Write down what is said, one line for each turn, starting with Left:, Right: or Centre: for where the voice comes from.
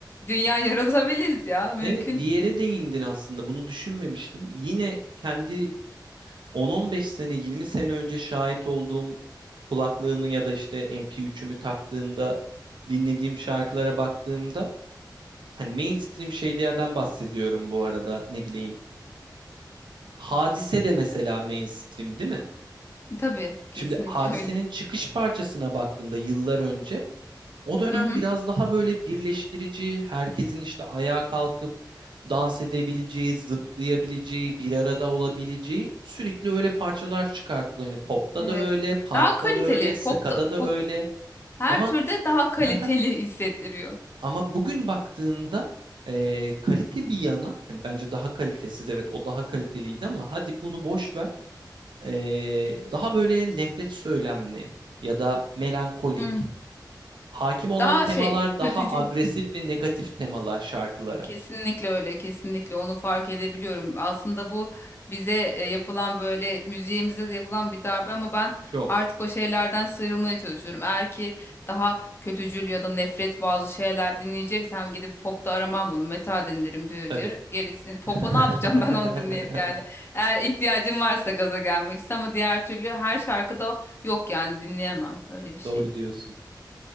Left: dünya <laughs> yaratabiliriz ya mümkün.
Right: Evet bir yere değindin aslında bunu düşünmemiştim. Yine kendi 10-15 sene, 20 sene önce şahit olduğum kulaklığımı ya da işte MP3'ümü taktığımda dinlediğim şarkılara baktığımda hani mainstream şeylerden bahsediyorum bu arada ne bileyim. Hadise de mesela mainstream değil mi?
Left: Tabii kesinlikle
Right: Şimdi Hadise'nin
Left: öyle.
Right: çıkış parçasına baktığında yıllar önce o dönem
Left: Hı hı,
Right: biraz daha böyle birleştirici, herkesin işte ayağa kalkıp dans edebileceği, zıplayabileceği, bir arada olabileceği sürekli öyle parçalar çıkartılıyor. Yani popta
Left: evet.
Right: da öyle, punk'ta
Left: Daha kaliteli
Right: da öyle,
Left: pop
Right: ska'da
Left: da
Right: da
Left: pop
Right: öyle.
Left: her
Right: Ama
Left: türde daha kaliteli
Right: <laughs>
Left: hissettiriyor.
Right: ama bugün baktığında e, kalite bir yana, hani bence daha kalitesiz evet o daha kaliteliydi ama hadi bunu boş ver. E, daha böyle nefret söylemli ya da melankolik.
Left: Hı.
Right: Hakim olan
Left: Daha
Right: temalar
Left: şey kötücül.
Right: daha agresif ve negatif temalar şarkılara.
Left: Kesinlikle öyle, kesinlikle onu fark edebiliyorum. Aslında bu bize e, yapılan böyle müziğimize de yapılan bir darbe ama ben
Right: Çok
Left: artık o şeylerden sıyrılmaya çalışıyorum. Eğer ki daha kötücül ya da nefret bazı şeyler dinleyeceksem gidip popta aramam onu, metal dinlerim diyor
Right: tabii.
Left: diyor. Gerisini popu
Right: <laughs>
Left: ne yapacağım <laughs> ben onu dinleyip yani. Eğer ihtiyacım varsa gaza gelmek için ama diğer türlü her şarkıda yok yani dinleyemem öyle bir şey.
Right: Doğru
Left: <laughs>
Right: diyorsun.